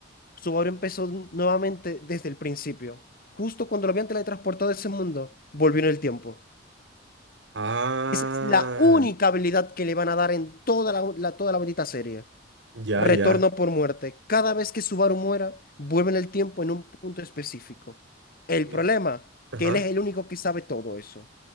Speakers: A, on the left (about 50°); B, on the right (about 65°).
A: Subaru empezó nuevamente desde el principio. Justo cuando lo habían teletransportado a ese mundo, volvió en el tiempo.
B: Ah,
A: Esa es la única habilidad que le van a dar en toda la, la- toda la bonita serie.
B: ya,
A: Retorno
B: ya.
A: por muerte. Cada vez que Subaru muera, vuelve en el tiempo en un punto específico. El
B: Eh,
A: problema,
B: ajá.
A: que él es el único que sabe todo eso.